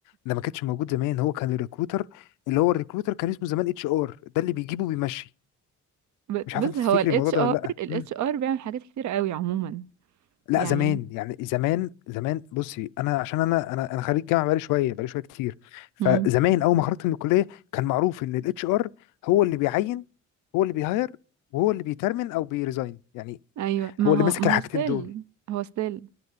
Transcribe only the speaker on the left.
ده ما كانش موجود زمان هو كان الريكروتر اللي هو الريكروتر كان اسمه زمان اتش ار ده اللي بيجيبه وبيمشي
مش
عارف انت تفتكري
الموضوع
ده ولا لا
مم.
لا
زمان يعني زمان زمان بصي انا عشان انا انا انا خريج جامعه بقالي شويه بقالي شويه كتير فزمان
اول ما خرجت من الكليه كان معروف ان الاتش ار هو اللي بيعين هو اللي بيهاير وهو اللي بيترمن او بيريزاين يعني
هو اللي
ماسك
الحاجتين
دول